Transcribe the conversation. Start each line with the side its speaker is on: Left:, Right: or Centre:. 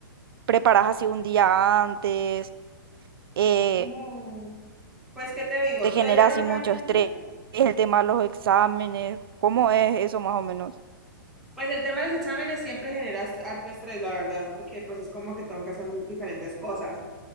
Right: ¿Preparás así un día antes? Eh,
Centre: No. Pues, ¿qué te digo?
Right: ¿te genera
Centre: Yo ya normalmente
Right: así mucho estrés el tema de los exámenes? ¿Cómo es eso más o menos?
Centre: Pues el tema de los exámenes siempre genera s- harto estrés, la verdad, porque pues es como que tengo que hacer diferentes cosas.